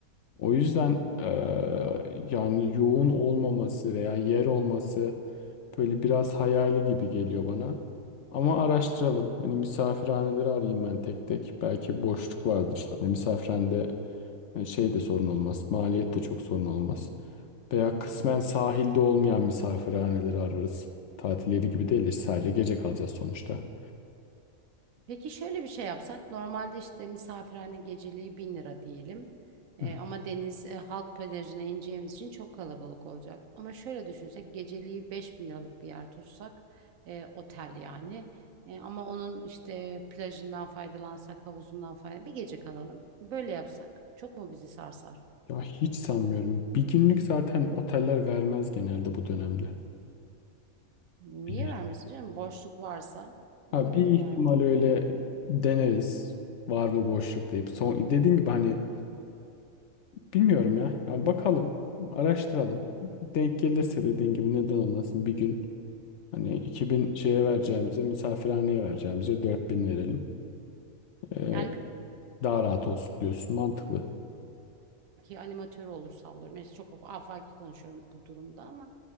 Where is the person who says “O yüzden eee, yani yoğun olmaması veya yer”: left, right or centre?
Left